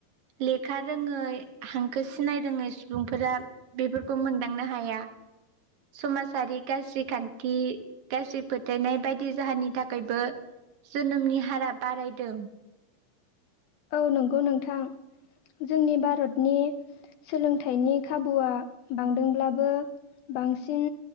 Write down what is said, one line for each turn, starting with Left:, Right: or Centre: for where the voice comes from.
Right: लेखा रोङै हांखो सिनाय रोङै सुबुंफोरा बेफोरखौ मोनदांनो हाया समाजारि गाज्रि खान्थि गाज्रि फोथायनाय बायदि जाहोननि थाखायबो जोनोमनि हारा बारायदों
Left: औ नंगौ नोंथां जोंनि भारतनि सोलोंथाइनि खाबुआ बांदोंब्लाबो बांसिन